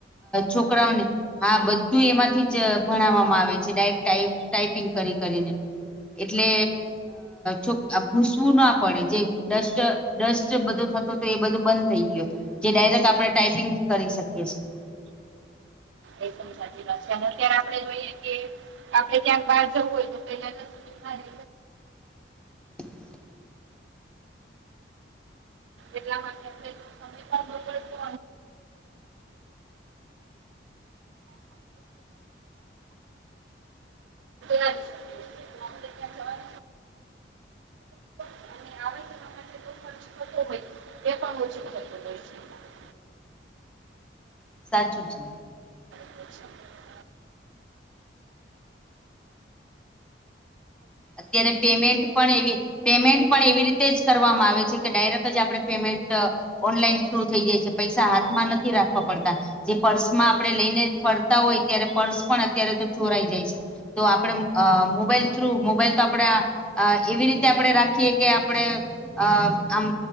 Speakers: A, in the centre; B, on the right.
A: છોકરાઓને હા બધું એમાંથી જ ભણાવવામાં આવે છે ટાઈપિંગ કરી કરીને એટલે જો ભૂસવું ના પડે જે ડસ્ટર જે ડસ્ટ બધો હવે એ બધું બંધ થઈ ગયું જે ડાયરેક્ટ આપણે ટાઈપિંગથી કરી શકી છીએ.
B: એ સાચી વાત છે અને અત્યારે આપણે જોઈએ કે આપડે ત્યાંક બહાર જવું હોય તો પેલા હારે
A: <inaudible>
B: એટલા માટે અમને સમય પણ ન પડતો અને આપણે <unintelligible> <unintelligible> <unintelligible> <unintelligible>
A: સાચું છે.
B: <inaudible>
A: અત્યારે પેમેન્ટ પણ એવી પેમેન્ટ પણ એવી રીતે જ કરવામાં આવે છે કે ડાયરેક્ટ જ આપણે પેમેન્ટ ઓનલાઈન થ્રુ થઈ જાય છે પૈસા હાથમાં નથી રાખવા પડતા. જે પર્સમાં આપણે લઈને ફરતા હોય ત્યારે પર્સ પણ અત્યારે તો ચોરાઈ જાય છે. તો આપણે અ મોબાઈલ થ્રુ મો મોબાઈલ તો આપણે એવી રીતે આપડણે રાખીએ કે આપડે અ આમ